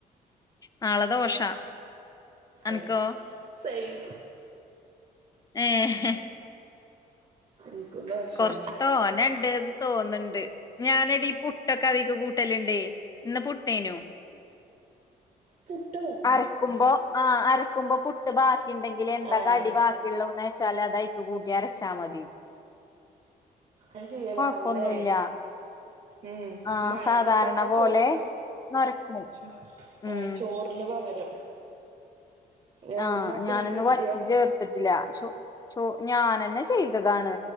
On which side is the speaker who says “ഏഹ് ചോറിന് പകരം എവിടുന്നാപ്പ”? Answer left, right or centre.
Right